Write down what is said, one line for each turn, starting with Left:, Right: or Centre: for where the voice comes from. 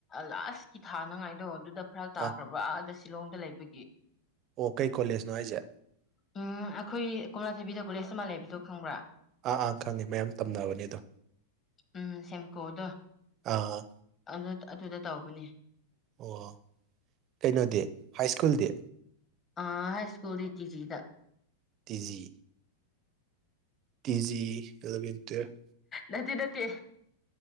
Left: ꯂꯥꯁꯀꯤ ꯊꯥꯅꯉꯥꯏꯗꯣ ꯑꯗꯨꯗ ꯐꯔꯛ ꯇꯥꯈ꯭ꯔꯕ
Right: ꯑꯥ
Left: ꯑꯥꯗ ꯁꯤ ꯁꯤꯂꯣꯡꯗ ꯂꯩꯕꯒꯤ
Right: ꯑꯣ ꯀꯩ ꯀꯣꯂꯦꯖꯅꯣ ꯍꯥꯏꯖꯦ
Left: ꯎꯝ ꯑꯩꯈꯣꯏ ꯀꯣꯝꯂꯥꯊꯥꯕꯤꯗ ꯀꯣꯂꯦꯖ ꯃꯥ ꯂꯩꯕꯗꯣ ꯈꯪꯕ꯭ꯔꯥ
Right: ꯑꯥ ꯑꯥ ꯈꯪꯉꯦ ꯃꯌꯥꯝ ꯇꯝꯅꯕꯅꯦ ꯑꯗꯣ
Left: ꯎꯝ ꯁꯦꯝꯀꯣꯗꯣ
Right: ꯑꯥ
Left: ꯑꯗꯨ ꯑꯗꯨꯗ ꯇꯧꯕꯅꯦ
Right: ꯑꯣ ꯀꯩꯅꯣꯗꯤ ꯍꯥꯏ ꯁ꯭ꯀꯨꯜꯗꯤ
Left: ꯑꯥ ꯍꯥꯏ ꯁ꯭ꯀꯨꯜꯇꯤ ꯇꯤ ꯖꯤ ꯗ
Right: T G T G eleven twelve
Left: ꯅꯠꯇꯦ ꯅꯠꯇꯦ